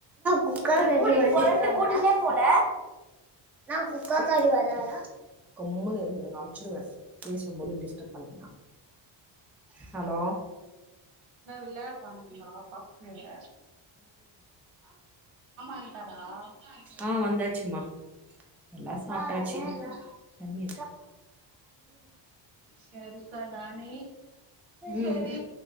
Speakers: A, in the centre; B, on the right.
A: கூட்டின் போறனட்டு கூட்டிட்னேபோல நா புக்காக்கடி வராடா கம்முனு இருந்துரு நா அச்சுருவ பேசும்போது டிஸ்டர்ப் பன்னினா ஹலோ
B: என்னா விளையாட்வாங்களா பஸ்ங்க வன்ட்டாரா
A: ஆ வந்தாச்சும்மா எல்லா சாப்ட்டாச்சு தண்ணி
B: சரிக்கா நானே
A: ம்
B: எங்க்யாது